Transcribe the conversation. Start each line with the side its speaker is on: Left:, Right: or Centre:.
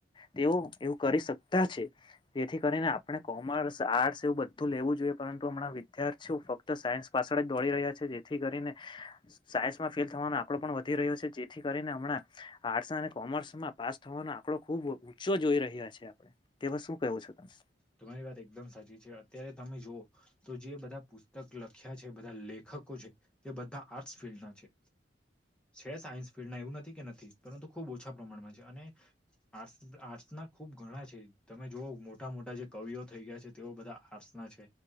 Left: તેઓ એવું કરી શકતા છે તેથી કરીને આપણે કોમર્સ આર્ટસ એવું બધું લેવું જોઈએ પરંતુ હમણા વિદ્યાર્થીઓ ફક્ત સાયન્સ પાછળ જ દોડી રહ્યા છે જેથી કરીને સાયન્સ માં ફેલ થવાનો આંકડો પણ વધી રહ્યો છે જેથી કરીને હમણાં આર્ટસ અને કોમર્સમાં પાસ થવાનો આંકડો ખુબ ઊંચો જોઈ રહ્યા છે તેવા શું કહો ઔ શધમ
Centre: તમારી વાત એકદમ સાચી છે અત્યારે તમે જુઓ તો જે બધા પુસ્તક લખ્યા છે બધા લેખક લકો છે તે બધા આર્ટ ફિલ્ છે છે સાયન્સ ફિલ્ડના એવું નથી કે નથી પરંતુ ખૂબ ઓછા પ્રમાણમાં છે અને આર્ટ આર્ટ્સ ના ખુબ ઘણા છે તમે જોઓ મોટા મોટા જે કવિઓ થઈ ગયા છે તેઓ બધા આર્ટસ ના છે